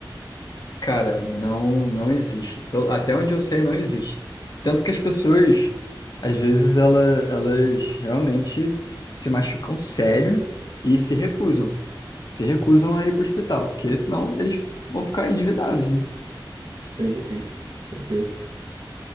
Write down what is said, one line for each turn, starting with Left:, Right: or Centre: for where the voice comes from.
Left: Cara, não, não existe. Pelo- Até onde eu sei, não existe. Tanto que as pessoas, às vezes, ela, elas realmente se machucam sério e se recusam. Se recusam a ir para o hospital, porque senão eles vão ficar endividados, né?
Right: Sim, sim, certeza.